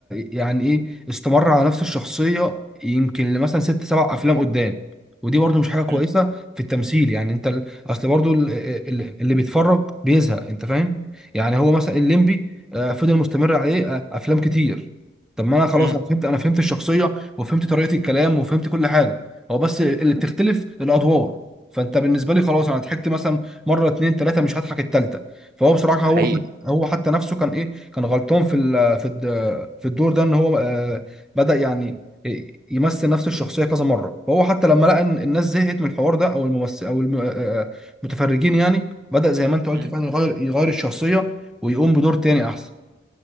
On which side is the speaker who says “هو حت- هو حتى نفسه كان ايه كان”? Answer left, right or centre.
Centre